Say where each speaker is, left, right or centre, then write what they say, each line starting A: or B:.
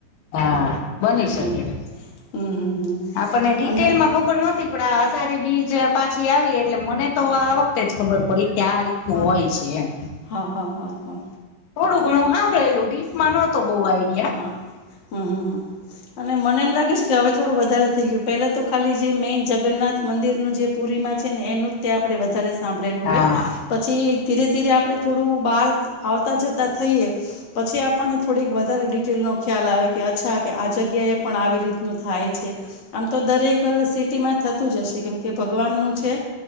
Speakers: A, on the left; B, on the left.
A: હા બની શકે
B: હમ હમ હમ હમ.
A: આપણને ડિટેલમાં
B: અને
A: ખબર ન થી પણ આ અષાઢી બીજ પાછી આવી એટલે મને તો આ વખતે જ ખબર પડી કે આ રી તનું
B: હા
A: હોય છે એમ.
B: હા હા હા હા.
A: થોડું ઘણું હાભરેલું ડીપમાં નતો બો આઈડિયા
B: હ હમ હમ હમ અને મને એમ લાગે છે કે હવે થોડું વધારે થઈ ગયું પહેલા તો ખાલી જે મેઈન જગન્નાથ મંદિરનું જે પુરી માં છે ને એનું જ ત્યાં આપડે વધારે સાંભળેલું
A: હા
B: હોય પછી ધીરે ધીરે આપણે થોડું બહાર આવતા જતાં થઈએ પછી આપણને થોડીક વધારે ડિટેલનો ખ્યાલ આવે કે અચ્છા કે આ જગ્યાએ પણ આવી રીતનું થાય છે. આમ તો દરેક સીટ થતું જશે કેમ કે ભગવાન નું છે